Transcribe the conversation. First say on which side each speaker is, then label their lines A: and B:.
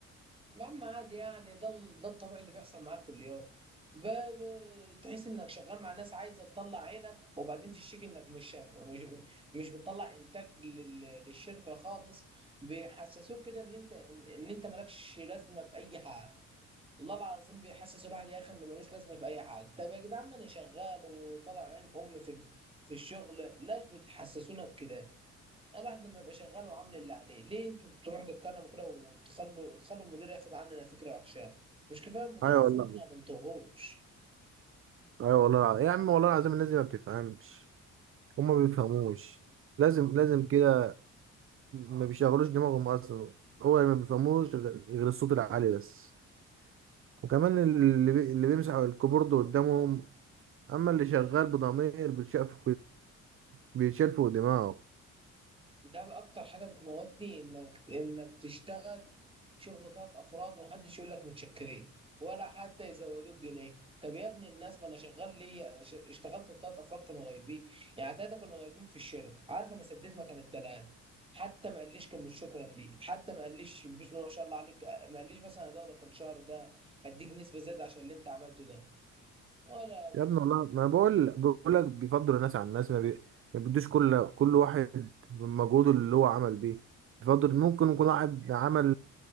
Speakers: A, on the right; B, on the right.
A: يا عم عادي يعني ده ال- ده الطبيعي اللي بيحصل معاك كل يوم ب- ب- تحس انك شغال مع ناس عايزه تطلع عينك وبعدين تشتكي انك مش شغ- مش مش بتطلع انتاج لل- للشركه خالص بيحسسوك كده ان انت ان إن انت مالكش لازمه في اي حاجه والله العظيم بيحسس الواحد يا اخي انه ملوش لازمه في اي حاجه طب يا جدعان ما انا شغال وطالع عين امي في ال- في الشغل ليش بتحسسونا بكده الواحد لما يبقى شغال وعامل اللي عليه ليه انتوا بتروحوا تتكلموا كده وتخلوا تخلوا المدير ياخد عننا فكره وحشه مش كفايه المدير
B: ايوه
A: اصلا
B: والله
A: احنا ما بنطقهوش
B: ايوه والله الع- يا عم والله العظيم الناس دي ما بتفهمش هما ما بيفهموش لازم لازم كده ما بيشغلوش دماغهم اصلا هو اللي ما بيفهموش غ- غير الصوت العالي بس وكمان اللي بي... اللي بيمسح الكيبورد قدامهم اما اللي شغال بضمير بيتشاف بيتشال فوق دماغه
A: ده بقى اكتر حاجه بتموتني انك انك تشتغل شغل ثلاث افراد ومحدش يقول لك متشكرين ولا حتى يزودوك جنيه طب يا ابني الناس ما انا شغال ليا ش- اشتغلت بثلاث افراد كانوا غايبين يعني ثلاثه كانوا غايبين في الشركه عارف انا سديت مكان الثلاثه حتى ما قاليش كلمه شكرا لي حتى ما قاليش بسم الله ما شاء الله عليك ما قاليش مثلا هزودك الشهر ده هديك نسبه زياده عشان اللي انت عملته ده ولا
B: يا ابني والله ما بقول بقول لك بيفضلوا الناس على الناس ما, بي... ما بيدوش كل كل واحد مجهوده اللي هو عمل بيه بيفضل ممكن يكون واحد عمل